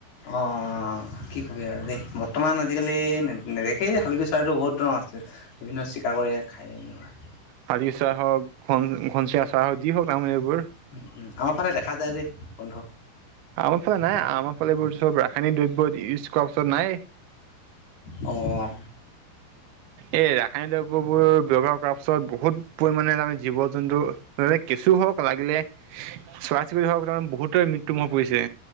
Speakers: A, on the left; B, on the right.
A: অঁ কি কবি আৰু দেই, বৰ্তমান আজিকালি নেদেখেই শালিকী চৰাইটো বহুত ধৰণৰ আছে। বিভিন্ন চিকাৰ কৰে খায় এনেকুৱা।
B: শালিকী চৰাই হওঁক, ঘন ঘনচিৰিকা চৰাই হওঁক, যি হওঁক তাৰমানে এইবোৰ।
A: উম' উম' আমাৰ ফালে দেখা যায় দেই বন্ধু।
B: আমাৰ ফালে নাই, আমাৰ ফালে এইবোৰ চব ৰাসায়নিক দ্ৰব্য ইউজ কৰাৰ পাছত নাইয়ে।
A: অঁ।
B: এই ৰাসায়নিক দ্ৰব্যবোৰ ব্যৱহাৰ কৰাৰ পিছত বহুত পৰিমাণে মানে জীৱ জন্তু কেঁচু হওঁক লাগিলে, চৰাই চিৰিকতি হওঁক, তাৰমানে বহুতৰে মৃত্যুমুখত পৰিছে।